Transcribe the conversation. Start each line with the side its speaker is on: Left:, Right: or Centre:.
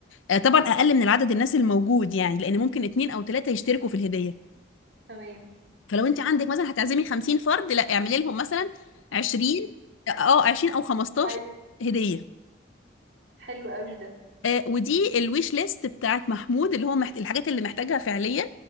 Left: آه، طبعا اقل من العدد الناس الموجود يعني لان ممكن اتنين او تلاتة يشتركوا في الهدية
Right: تمام
Left: فلو انت عندك مثلا هتعزمي 50 فرد لا اعملي لهم مثلا 20 اه 20 او 15
Right: ايوه
Left: هدية
Right: حلو قوي ده
Left: آه، ودي الويش ليست بتاعت محمود اللي هو محت... الحاجات اللي محتاجها فعليا